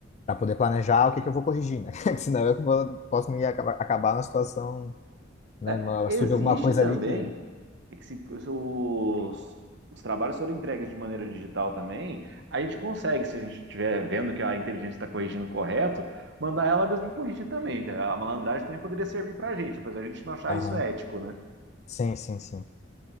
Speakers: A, on the left; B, on the right.
A: para poder planejar o que que eu vou corrigir, né? <laughs> Senão eu vou- posso me acaba- acabar na situação, né?
B: É,
A: uma-
B: existe
A: Surge alguma coisa
B: também
A: ali que.
B: é que se os, os trabalhos forem entregues de maneira digital também, a gente consegue, se a gente estiver vendo que a inteligência está corrigindo correto, mandar ela mesmo corrigir também. tá? A malandragem também poderia servir para a gente, apesar de a gente não achar
A: Aham.
B: isso ético, né?
A: Sim, sim, sim.